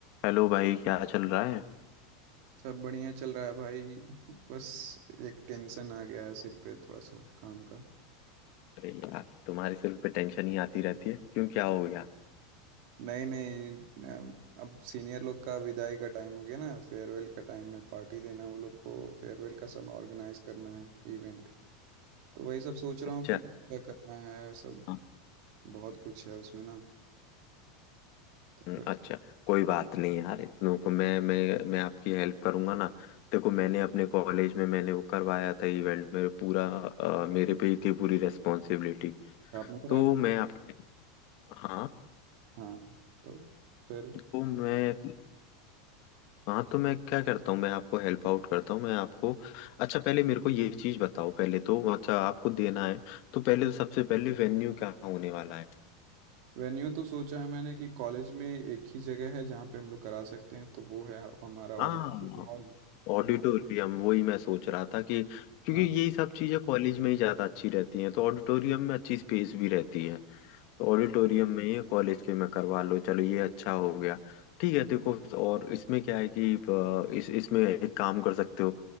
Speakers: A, on the left; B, on the right.
A: Hello भाई क्या चल रहा है
B: सब बढ़िया चल रहा है भाई बस एक टेंशन आ गया है सिर पे थोड़ा सा काम का
A: अरे यार तुम्हारे सिर पे टेंशन ही आती रहती है क्यों क्या हो गया
B: नहीं नहीं अ, अब सीनियर लोग का विदाई का टाइम हो गया ना फेयरवेल का टाइम है पार्टी देना वो लोग को फेयरवेल का सब ऑर्गेनाइज करना है इवेंट तो वही सब सोच रहा
A: अच्छा
B: हूँ कि क्या करना है सब
A: हाँ,
B: बहुत कुछ है उसमें ना तो
A: हम्म,
B: फिर
A: अच्छा कोई बात नहीं यार इतनों को मैं मैं मैं आपकी हेल्प करूंगा ना देखो मैंने अपने कॉलेज में मैंने वो करवाया था इवेंट मेरे पूरा अ, मेरे पे ही थी पूरी रेस्पॉन्सिबिलिटी
B: आपने कराया
A: तो
B: था
A: मैं आपके हाँ
B: हाँ तो फिर
A: तो मैं हाँ तो मैं क्या करता हूँ मैं आपको हेल्प आउट करता हूँ मैं आपको अच्छा पहले मेरे को ये चीज बताओ पहले तो अच्छा आपको देना है तो पहले तो सबसे पहले वेन्यू क्या होने वाला है
B: वेन्यू तो सोचा है मैंने कि कॉलेज में एक ही जगह है जहाँ पे हम लोग करा सकते हैं तो वो है हमारा ऑडिटोरियम
A: हाँ
B: हॉल
A: ऑडिटोरियम वही मैं सोच रहा था कि क्योंकि
B: हाँ
A: यही सब चीजें कॉलेज में ही ज्यादा अच्छी रहती हैं तो ऑडिटोरियम में अच्छी स्पेस भी रहती है तो ऑडिटोरियम में ही कॉलेज के में करवा लो चलो ये अच्छा हो गया ठीक है देखो और इसमें क्या है कि अ, इस इसमें एक काम कर सकते हो